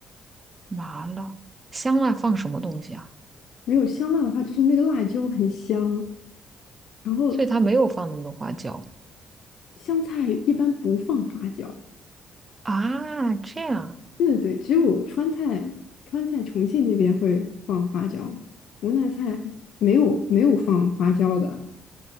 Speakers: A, on the right (about 25°); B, on the left (about 75°).
A: 麻辣。香辣放什么东西啊？
B: 没有香辣的话就是那个辣椒很香。然后
A: 所以它没有放那么多花椒
B: 湘菜一般不放花椒，
A: 啊。这样，
B: 对对对，只有川菜，川菜重庆那边会放花椒，湖南菜没有没有放花椒的